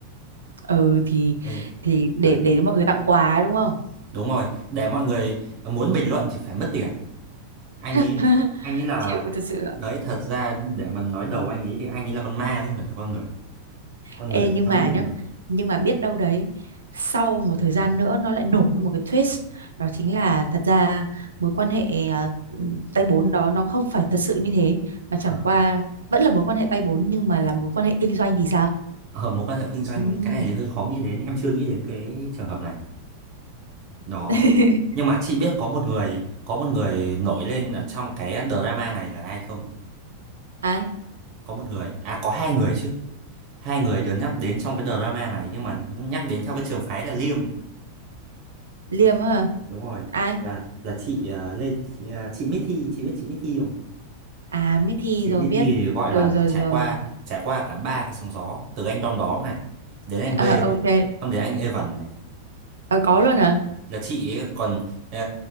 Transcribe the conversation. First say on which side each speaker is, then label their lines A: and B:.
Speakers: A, on the right; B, on the right.
A: ừ thì
B: Ê,
A: thì để
B: đấy,
A: để cho mọi người tặng quà ấy, đúng không
B: đúng rồi. Để mọi người muốn bình luận thì phải mất tiền. Anh
A: <laughs>
B: ấy, anh ấy là...
A: chịu thật sự ạ.
B: Đấy, thật ra để mà nói đầu anh ấy thì anh ấy là con ma chứ không phải là con người. Con
A: ê
B: người
A: nhưng
B: sao
A: mà
B: nghĩ
A: nhá
B: được.
A: nhưng mà biết đâu đấy sau một thời gian nữa nó lại nổi ra một cái twist đó chính là thật ra mối quan hệ à, ừm, tay bốn đó nó không phải thật sự như thế mà chẳng
B: được.
A: qua vẫn là mối quan hệ tay bốn nhưng mà là mối quan hệ kinh doanh thì sao
B: Ở mối quan hệ kinh doanh
A: Ừm.
B: cái này thì hơi khó nghĩ đến em chưa nghĩ đến cái trường hợp này đó
A: <laughs>
B: nhưng mà chị biết có một người có một người nổi lên ở trong cái drama này là ai không
A: ai
B: có một người à có hai người chứ hai người được nhắc đến trong cái drama này nhưng mà nhắc đến theo cái trường phái là Liêm
A: liêm á hả?
B: đúng rồi
A: ai
B: là là chị ờ, Lê chị, ờ, chị Mỹ Thi chị biết chị Mỹ Thi không
A: à mới thi
B: chị
A: rồi
B: Mỹ
A: biết
B: Thi thì gọi
A: rồi
B: là
A: rồi
B: trải
A: rồi
B: qua trải qua cả ba cái sóng gió từ anh Đom Đóm này đến anh
A: Ờ,
B: V này,
A: ok.
B: xong đến anh Evan này
A: Ờ, có luôn hả?
B: là chị ấy còn ờ,